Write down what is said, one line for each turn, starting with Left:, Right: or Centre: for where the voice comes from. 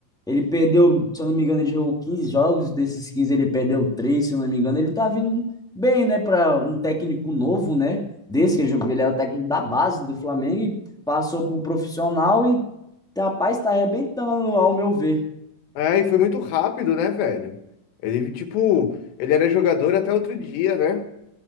Centre: Ele perdeu, se eu não me engano, ele jogou 15 jogos, desses 15 ele perdeu três se eu não me engano. Ele tá vindo bem, né? Pra um técnico novo, né? Desse que ele jogou, ele era o técnico da base do Flamengo e passou pro profissional e Rapaz, está arrebentando, ao meu ver.
Left: Ah, e foi muito rápido, né, velho? Ele, tipo, ele era jogador até outro dia, né?